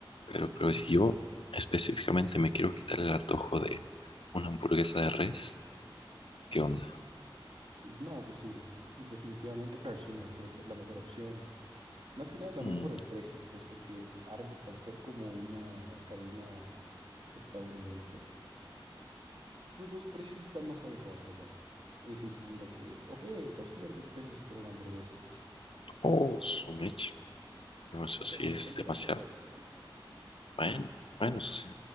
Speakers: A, on the left; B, on the right.
A: pero,
B: ujú.
A: pero si yo específicamente me quiero quitar el antojo de una hamburguesa de res, ¿Qué onda?
B: No, pues sí, definitivamente Carl Jr. creo que es la mejor opción. Más que nada también
A: Mm.
B: por el precio, puesto que Arby's, al ser como una cadena estadounidense, pues los precios están más adecuados allá. Y sí son de que, ok, 200 pesos por una hamburguesa.
A: Oh, su mecha. No, eso
B: Pero
A: sí es
B: son de
A: demasiado.
B: las que vale la pena.
A: Bueno, bueno, eso sí.